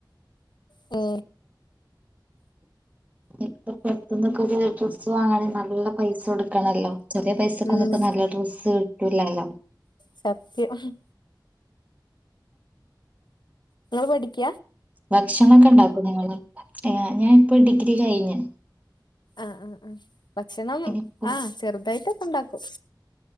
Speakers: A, on the left (about 70°); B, on the right (about 20°).
A: മ്
B: ഇപ്പ പൊറത്തന്നൊക്കെ ഡ്രസ്സ് വാങ്ങണെ നല്ല പൈസ കൊടുക്ക ണല്ലോ ചെറിയ പൈസക്കൊന്നും
A: ഉം
B: ഇപ്പോ നല്ല ഡ്രസ്സ് കിട്ടൂല്ലല്ലോ
A: സത്യം ഹ് മ് ഇങ്ങള് പഠിക്കാ
B: ഭക്ഷണൊക്കെ ഉണ്ടാക്കോ നിങ്ങള് ഏ ആ ഞാൻ ഇപ്പോ ഡിഗ്രി കയിഞ്ഞ്
A: ആഹ് ആഹ് ആ ഭക്ഷണം
B: ഇനിയിപ്പോ
A: ആ ചെറുതായിട്ടൊക്കെ ഉണ്ടാക്കും